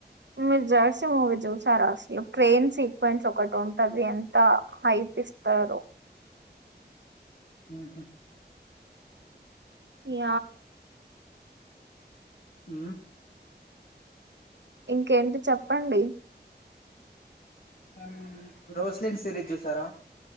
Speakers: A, on the right (about 85°); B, on the left (about 55°).
A: మీరు జర్సీ మూవీ చూసారా అస్సలు ట్రైన్ సీక్వెన్స్ ఒకటి ఉంటుంది ఎంత హైప్ ఇస్తారు
B: ఊహు
A: ఇగ
B: ఊ
A: ఇంకేంటి చెప్పండి
B: గన్ రోస్లిన్ సిరీజ్ చూసారా